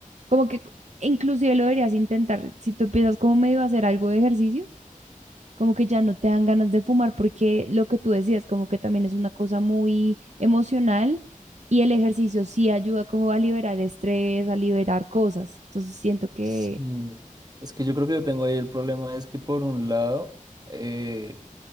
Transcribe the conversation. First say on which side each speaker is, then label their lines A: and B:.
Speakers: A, on the right (about 55°); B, on the right (about 30°).
A: como que inclusive lo deberías intentar. Si tú empiezas como medio a hacer algo de ejercicio, como que ya no te dan ganas de fumar, porque lo que tú decías, como que también es una cosa muy emocional y el ejercicio sí ayuda como a liberar estrés, a liberar cosas. Entonces siento que...
B: sí. Es que yo creo que yo tengo ahí el problema, es que por un lado, eh,